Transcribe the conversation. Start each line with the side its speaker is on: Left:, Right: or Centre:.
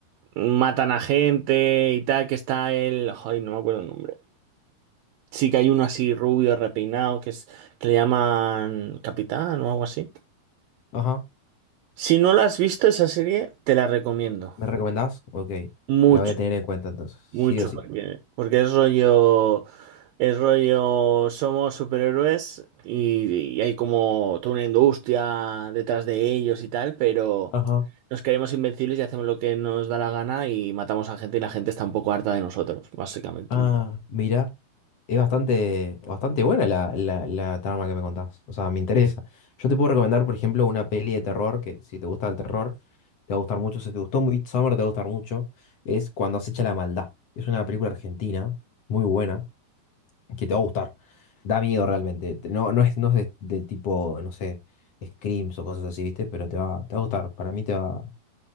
Right: matan a gente y tal, que está el... Ay, no me acuerdo el nombre. Sí que hay uno así rubio, repeinado, que es, que le llaman Capitán o algo así.
Left: ajá.
Right: Si no la has visto esa serie, te la recomiendo.
Left: ¿Me recomendás? Ok.
Right: Mucho,
Left: La voy a tener en cuenta entonces.
Right: mucho,
Left: Sí o sí.
Right: porque, porque es rollo, es rollo, somos superhéroes y, y hay como toda una industria detrás de ellos y tal, pero
Left: Ajá.
Right: nos creemos invencibles y hacemos lo que nos da la gana y matamos a gente y la gente está un poco harta de nosotros, básicamente.
Left: Ah, mira. Es bastante, bastante buena la, la, la trama que me contás. O sea, me interesa. Yo te puedo recomendar, por ejemplo, una peli de terror que si te gusta el terror, te va a gustar mucho. Si te gustó Midsommar, te va a gustar mucho. Es Cuando acecha la maldad. Es una película argentina muy buena que te va a gustar. Da miedo realmente. Te- No, no es, no es de, de tipo, no sé, screams o cosas así, ¿viste? Pero te va, te va a gustar. Para mí te va,